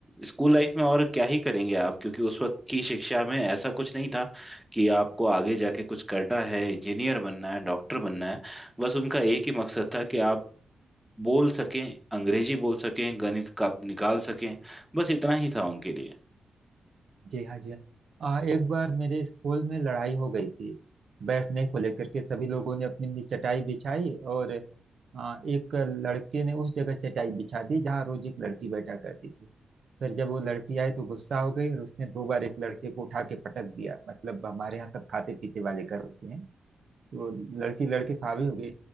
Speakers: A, in the centre; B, on the right (about 65°).
A: स्कूल लाइफ में और क्या ही करेंगे आप क्योंकि उस वक्त की शिक्षा में ऐसा कुछ नहीं था कि आपको आगे जाके कुछ करना है इंजीनियर बनना है डॉक्टर बनना है बस उनका एक ही मकसद था कि आप बोल सकें अंग्रेजी बोल सकें गणित का निकाल सकें बस इतना ही था उनके लिए
B: जी हाँ जी हाँ आ, एक बार मेरे स्कूल में लड़ाई हो गई थी बैठने को लेकर के सभी लोगों ने अपनी अपनी चटाई बिछाई और आ, एक लड़के ने उस जगह चटाई बिछा दी जहाँ रोज एक लड़की बैठा करती थी फिर जब वो लड़की आई तो गुस्सा हो गई और उसने दो बार एक लड़के को उठा के पटक दिया मतलब हमारे यहाँ सब खाते पीते वाले घरों से हैं वो लड़की लड़की फावी हो गई